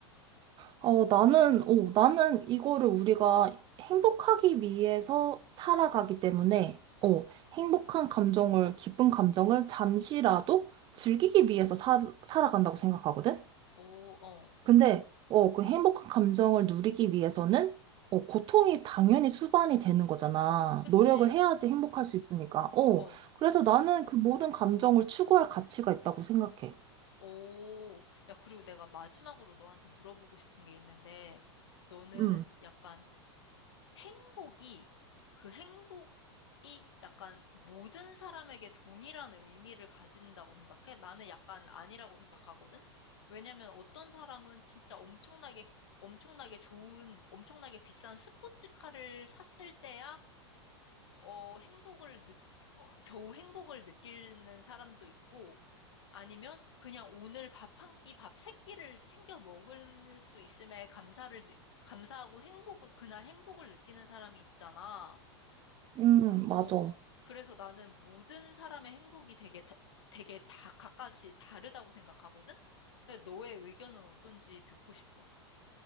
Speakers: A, on the right (about 35°); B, on the left (about 70°).
A: 어, 나는, 어, 나는 이거를 우리가 행복하기 위해서 살아가기 때문에, 어, 행복한 감정을, 기쁜 감정을 잠시라도 즐기기 위해서 살 살아간다고 생각하거든?
B: 오, 어,
A: 근데 어, 그 행복한 감정을 누리기 위해서는 어, 고통이 당연히 수반이 되는 거잖아.
B: 그치.
A: 노력을 해야지 행복할 수 있으니까. 어,
B: 어,
A: 그래서 나는 그 모든 감정을 추구할 가치가 있다고 생각해.
B: 오. 야, 그리고 내가 마지막으로 너한테 물어보고 싶은 게 있는데, 너는
A: 음,
B: 약간 행복이, 그 행복이 약간 모든 사람에게 동일한 의미를 가진다고 생각해? 나는 약간 아니라고 생각하거든? 왜냐면 어떤 사람은 진짜 엄청나게, 엄청나게 좋은, 엄청나게 비싼 스포츠카를 샀을 때야, 어, 행복을 느, 어, 겨우 행복을 느끼는 사람도 있고, 아니면 그냥 오늘 밥 한 끼, 밥 세 끼를 챙겨 먹을 수 있음에 감사를, 느- 감사하고 행복을, 그날 행복을 느끼는 사람이 있잖아.
A: 음,
B: 그,
A: 맞아.
B: 어. 어,
A: 어,
B: 그래서 나는 모든 사람의 행복이 되게, 다- 되게 다 각각이 다르다고 생각하거든? 그래서 너의 의견은 어떤지 듣고 싶어.